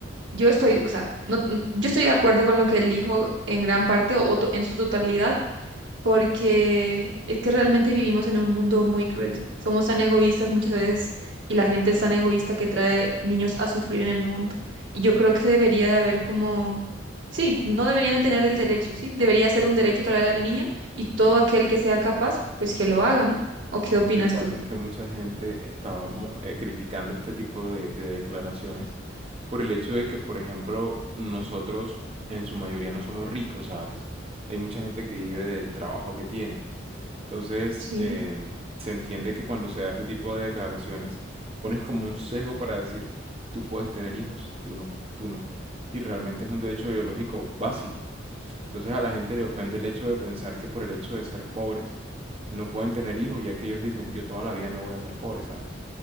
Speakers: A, on the right (about 70°); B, on the right (about 30°).
A: yo estoy, o sea, no, n- yo estoy de acuerdo con lo que él dijo en gran parte o to- en su totalidad, porque es que realmente vivimos en un mundo muy cruel. Somos tan egoístas muchas veces y la gente es tan egoísta que trae niños a sufrir en el mundo. Y yo creo que debería de haber como, sí, no deberían de tener el derecho, sí, debería ser un derecho total al niño y todo aquel que sea capaz, pues que lo haga, ¿no? ¿O qué opinas
B: Lo que pasa
A: tú?
B: es que mucha gente estaba mo- eh, criticando este tipo de, de declaraciones por el hecho de que, por ejemplo, nosotros en su mayoría no somos ricos, ¿sabes? Hay mucha gente que vive del trabajo que tiene. Entonces,
A: Sí,
B: em, se entiende que cuando se da este tipo de declaraciones, pones como un sesgo para decir, tú puedes tener hijos, tú no, tú no. Y realmente es un derecho biológico básico. Entonces a la gente le ofende el hecho de pensar que por el hecho de ser pobres no pueden tener hijos, ya que ellos dicen, yo toda la vida no voy a ser pobre, ¿sabes?